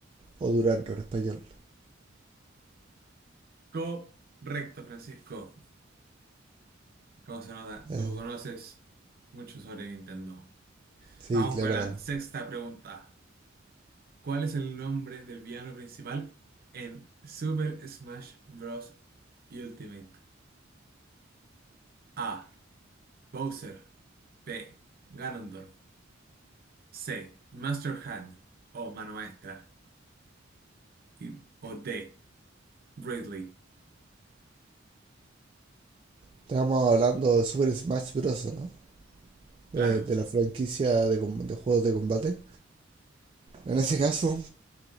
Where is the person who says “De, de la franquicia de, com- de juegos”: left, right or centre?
Right